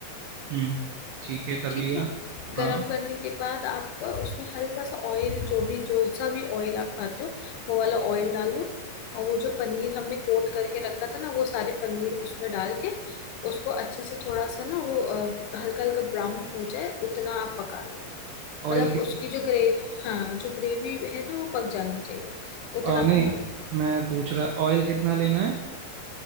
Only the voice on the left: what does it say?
ठीक
है गरम
करने के बाद आप अ, उसमें हल्का सा ऑयल जो भी जो सा भी ऑयल आप खाते हो वो वाला ऑयल डालो और वो जो पनीर हमने कोट करके रखा था ना वो सारे पनीर उसमें डाल के उसको अच्छे से थोड़ा सा ना वो हल्का हल्का ब्राउन हो जाए उतना आप पका लो
मतलब
उसकी जो ग्रे हाँ जो ग्रेवी है ना वो पक जानी चाहिए उतना
पका लो